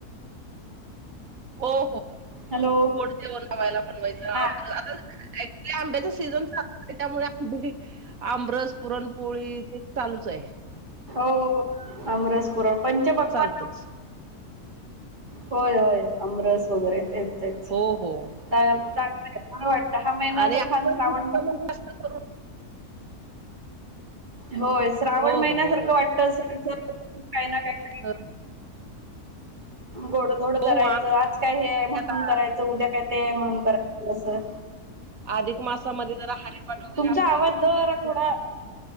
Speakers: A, on the right; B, on the right.
A: हो हो
B: हॅलो
A: गोड जेवन वाहायला बनवायचं आम
B: हा
A: आता ऍक्च्युली आंब्याच सीझन चालू आहे त्यामुळे आंबे आमरस पुरणपोळी ते चालूच आहे.
B: हो अमरस पुरण पंचपक्वान.
A: आतच
B: होय होय अमरस वगैरे तेच तेच
A: हो हो
B: चांगलंला वाट. दहा महिना
A: आणि
B: असा
A: आपण
B: छान श्रावण
A: जितकं
B: महिना
A: म्हणजे जास्त करून
B: होय श्रावण
A: हो,
B: महिन्यासारखं
A: हो, हो,
B: वाटत अस काय ना काय
A: हा
B: गोडधोड
A: हो,
B: करायचं
A: हो. आमच्या
B: आज काय हे आहे
A: इथे
B: म्हणून
A: आता
B: करायचं उद्या काय ते आहे म्हणून करायचं असं.
A: अधिक मासामध्ये जरा हारीपाट वगैरे
B: तुमचा
A: आमच्या
B: आवाज जरा थोडा
A: इथे